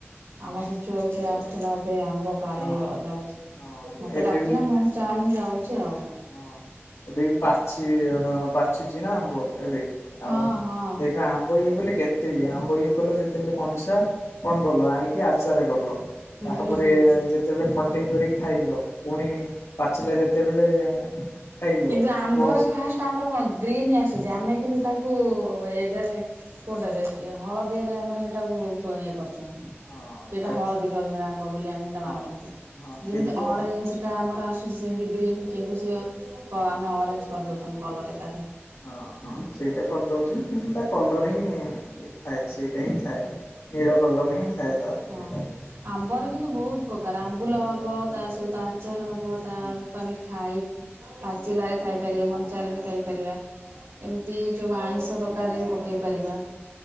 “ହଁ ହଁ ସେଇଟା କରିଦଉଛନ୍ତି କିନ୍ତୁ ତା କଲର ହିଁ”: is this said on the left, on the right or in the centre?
Left